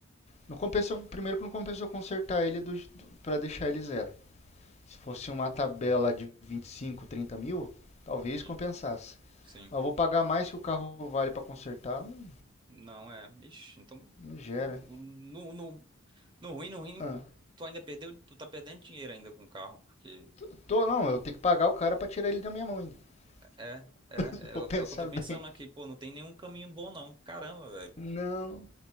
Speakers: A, on the left; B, on the right.
A: Não compensa, eu- primeiro que não compensa eu consertar ele do, do, pra deixar ele zero. Se fosse uma tabela de 25 30 mil, talvez
B: Sim,
A: compensasse.
B: sim.
A: Mas eu vou pagar mais que o carro vale para consertar, não-
B: Não é. Ixi, então.
A: gera.
B: o- No, no, no ruim, no ruim,
A: Ah,
B: tu ainda perdeu, tu tá perdendo dinheiro ainda com o carro, porque.
A: eu tô, não, eu tenho que pagar o cara para tirar ele da minha mão ainda. <laughs>
B: É, é,
A: Se eu
B: é,
A: for
B: o
A: pensar
B: é o que eu tô
A: bem.
B: pensando aqui, pô, não tem nenhum caminho bom não. Caramba, velho.
A: Não,